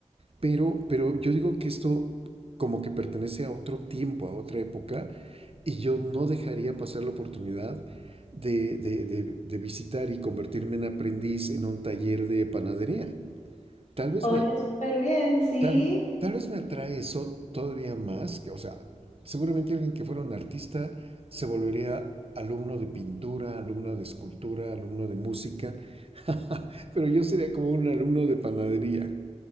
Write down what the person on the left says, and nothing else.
Oye,
súper bien, sí.